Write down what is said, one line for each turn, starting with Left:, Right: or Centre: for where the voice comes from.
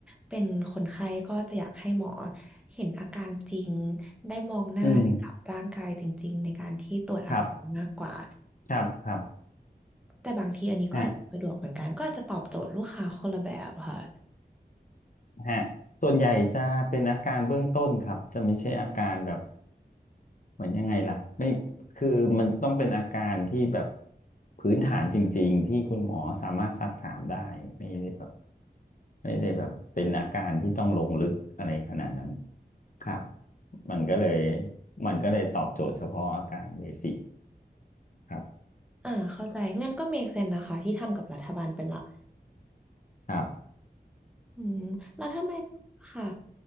Centre: เป็นคนไข้ก็จะอยากให้หมอเห็นอาการจริงได้มองหน้าได้จับร่างกายจริงๆในการที่ตรวจอาการมากกว่า
Left: ๆอืมครับครับครับ
Centre: แต่บางทีอันนี้ก็อาจจะสะดวกเหมือนกันก็อาจจะตอบโจทย์ลูกค้าคนละแบบค่ะ
Left: ฮะฮะส่วนใหญ่จะเป็นอาการเบื้องต้นครับจะไม่ใช่อาการแบบเหมือนยังไงล่ะไม่คือมันต้องเป็นอาการที่แบบพื้นฐานจริงๆที่คุณหมอสามารถซักถามได้ไม่ได้แบบ ไม่ได้แบบเป็นอาการที่ต้องลงลึกอะไรขนาดนั้นครับมันก็เลยมันก็เลยตอบโจทย์เฉพาะอาการเบสิกครับ
Centre: อ่าเข้าใจงั้นก็ make sense นะคะที่ทำกับรัฐบาลเป็นหลัก
Left: ครับ
Centre: อืมแล้วทำไมค่ะ